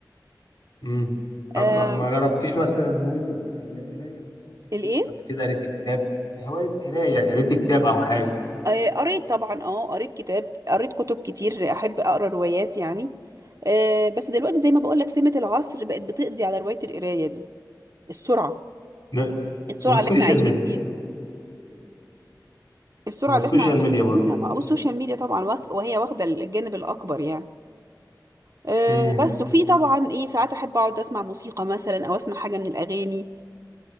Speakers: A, on the left; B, on the right.
A: امم طب
B: آه
A: ما ما جربتيش مثلا هواية الك- القراية مثلا قريت
B: الايه
A: كتب قبل كده قريت كتاب هواية قراية قريت كتاب أو حاجة
B: آه قريت طبعا اه قريت كتاب قريت كتب كتير احب اقرا روايات يعني آه بس دلوقتي زي ما بقول لك سمة العصر بقت بتقضي على رواية القراية دي السرعة
A: لا
B: السرعة
A: والسوشيال
B: اللي احنا عايشين
A: ميديا
B: فيها السرعة
A: والسوشيال
B: اللي احنا عايشين
A: ميديا برضه
B: فيها مع والسوشيال ميديا طبعا واخ- وهي واخدة الجانب الأكبر يعني أه
A: امم
B: بس وفي طبعا ايه ساعات احب اقعد اسمع موسيقى مثلا او اسمع حاجه من الاغاني